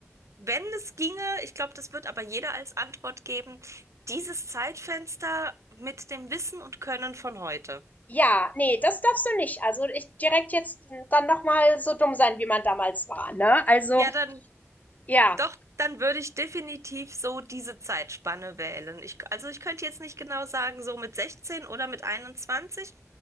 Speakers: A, on the right; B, on the left.
A: wenn es ginge, ich glaube, das wird aber jeder als Antwort geben, dieses Zeitfenster mit dem Wissen und Können von heute.
B: Ja, nee, das darfst du nicht. Also ich direkt jetzt dann nochmal so dumm sein, wie man damals war, ne? Also,
A: Ja, dann
B: ja.
A: Doch, dann würde ich definitiv so diese Zeitspanne wählen. Ich, also ich könnte jetzt nicht genau sagen, so mit 16 oder mit 21,